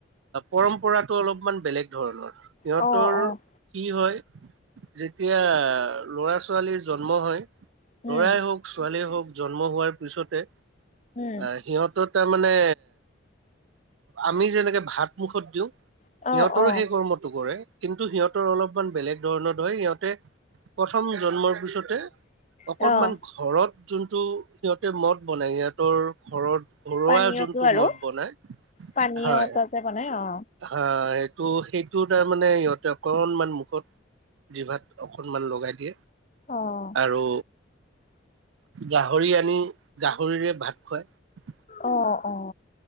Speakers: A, on the right; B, on the left.
A: পৰম্পৰাটো অলপমান বেলেগ ধৰণৰ সিহঁতৰ
B: অ', অ',
A: কি হয় যেতিয়া লৰা ছোৱালীৰ জন্ম হয়
B: উম,
A: লৰাই হওক ছোৱালীয়ে হওক জন্ম হোৱাৰ পিছতে
B: উম,
A: অ সিহঁতৰ তাৰমানে আমি যেনেকে ভাত মুখত দিওঁ
B: অ',
A: সিহঁতৰে
B: অ',
A: সেই কৰ্মটো কৰে কিন্তু সিহঁতৰ অলপ বেলেগ ধৰণত হয় সিহঁতে প্ৰথম জন্মৰ পিছতে অকনমান
B: অ',
A: ঘৰত যোনটো সিহঁতে মদ বনাই সিহঁতৰ ঘৰত ঘৰুৱা
B: পানীয়টো
A: যোনটো
B: আৰু
A: মদ বনাই
B: পানীয়
A: হয়
B: ত যে বনাই অ
A: হা সেইটো সেইটো তাৰমানে সিহঁতে অকনমান মুখত জিভাত অকণমান লগাই দিয়ে
B: অ',
A: আৰু গাহৰি আনি গাহৰিৰে ভাত খুৱায়
B: অ অ